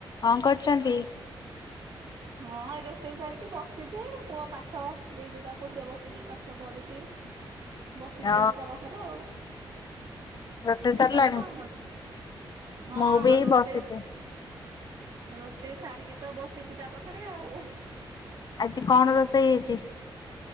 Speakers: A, on the left (about 50°); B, on the right (about 65°).
A: କଣ କରୁଛନ୍ତି।
B: ହଁ ଏ ରୋଷେଇ ସାରିକି ବସିଛି ପୁଅ ପାଠ ଦେଇଛି ତାକୁ ସିଏ ବସିକି ପାଠ କରୁଛି। ବସିଛି
A: ଅ
B: ଏଇଠି ତା ପାଖରେ ଆଉ।
A: ରୋଷେଇ ସରିଲାଣି?
B: ତମେ କଣ କରଛ ହଁ
A: ମୁଁ ବି
B: ରୋଷେଇ
A: ବସିଛି।
B: ରୋଷେଇ ସାରିକି ତ ବସିଛି ତା ପାଖରେ ଆଉ
A: ଆଜି କଣ ରୋଷେଇ ହେଇଛି।